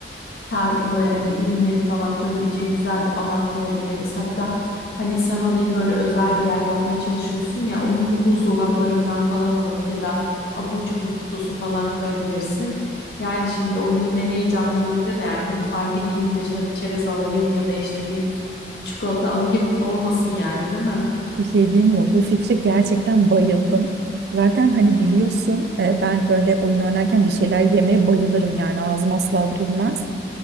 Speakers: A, on the left; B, on the right.
A: tar böyle hani ürünlerini falan koyabileceğin güzel bir alan koyabiliriz. Hatta hani sen orayı böyle özel bir yer yapmaya çalışıyorsun ya o mini buzdolaplarından falan alıp ya da abur cubur kutusu falan koyabilirsin. Yani şimdi oyunun en heyecanlı yerinde de yani mutfağa gideyim de şöyle bir çerez alayım ya da işte bir çikolata alayım olmasın yani değil mi?
B: Bir şey diyeyim mi? Bu fikre gerçekten bayıldım. Zaten hani biliyorsun e, ben böyle oyun oynarken bir şeyler yemeye bayılırım yani ağzım asla durmaz.